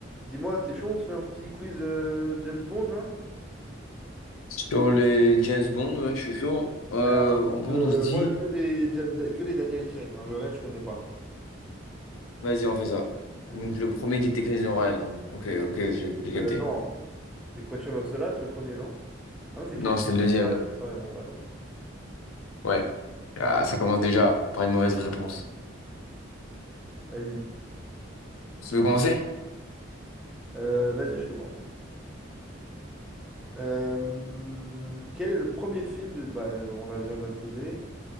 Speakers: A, in the centre; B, on the left.
A: Dis-moi, t'es chaud, on se fait un petit quiz euh, James Bond, là?
B: Sur les James Bond, ouais, je suis chaud. Hein. Euh,
A: Mais euh, par contre,
B: on pense,
A: euh,
B: on se dit,
A: moi, que les, Ja- que les Daniel Craig, hein, le reste, je connais pas.
B: vas-y, on fait ça.
A: Vas-y.
B: Donc le premier qui était Casino Royale, donc ok, ok, j'ai j'ai capté.
A: Euh, non, c'est Quantum of Solace, le premier, non? Ah, c'est
B: Non,
A: quasi.
B: c'était le deuxième.
A: T'as raison, t'as raison, t'as raison.
B: Ouais. Ah, ça commence déjà par une mauvaise réponse.
A: Vas-y.
B: Tu veux commencer?
A: Euh, vas-y, je commence. Euh, quel est le premier film de. Bah, on la vient de le poser.